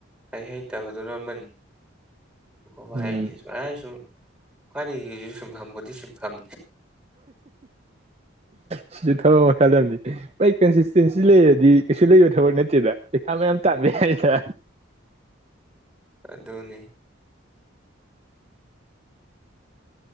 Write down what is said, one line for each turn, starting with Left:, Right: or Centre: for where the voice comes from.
Centre: ꯍꯩ ꯍꯩꯇꯕꯗꯨ ꯂꯃꯟ ꯍ
Right: ꯎꯝ
Centre: ꯍꯥꯏꯅꯤ ꯑꯩꯥꯏ ꯁꯨꯝ ꯍ ꯁꯤ ꯐꯝꯕꯗꯤ ꯁꯤ ꯐꯝ
Right: ꯁꯤꯁꯨ ꯊꯕꯛ ꯃꯈꯜ ꯑꯃꯅꯤ ꯃꯥꯏ ꯀꯟꯁꯤꯁꯇꯦꯟꯁꯤ ꯂꯩꯔꯗꯤ ꯀꯩꯁꯨ ꯂꯩꯕ ꯊꯕꯛ ꯅꯠꯇꯦ ꯁꯤꯗ ꯄꯩꯁꯥ ꯃꯌꯥꯝ ꯆꯥꯃꯦ ꯍꯥꯏꯗ
Centre: ꯑꯗꯨꯅꯤ